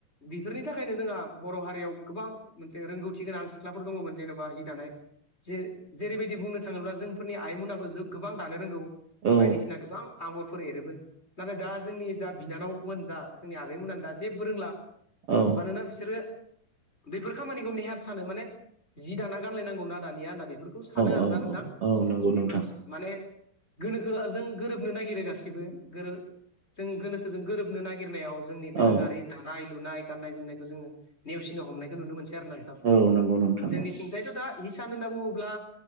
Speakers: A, on the left (about 15°); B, on the right (about 45°).
A: बेफोरनि थाखायनो जोंहा बर' हारियाव गोबां मोनसे रोंगौथि गोनां सिख्लाफोर दङ जेनेबा हि दानाय जेरैबायदि बुंनो थाङोब्ला जोंफोरनि आइमोनाबो गोबां दानो रोंगौ
B: औ
A: बायदिसिना गोबां आगरफोर एरोमोन नाथाय दा जोंनि जा बिनानावमोन जा जोंनि आ दा जेबो रोंला
B: औ
A: मानोना बिसोरो बेफोर खामानिखौ नेहाथ सानो माने जि दाना गानलायनांगौ ना दानिया बेफोरखौ सानो आरोना
B: औ
A: नोंथां
B: औ औ नंगौ
A: बे
B: नोंथां
A: माने गोनोखो जों गोरोबनो नागिरो गासिबो गोरोब जों गोनोखो जों गोरोबनो नागिरनायाव जोंनि दोरोङारि
B: औ
A: दानाय लुनाय गान्नाय जोमनायखौ जोङो नेवसिनो हमनायखौ नुनो मोनसै आरो ना नोंथां
B: औ नंगौ नोंथां
A: जोंनिथिंजायथ'
B: औ
A: दा हिसान होनना बुङोब्ला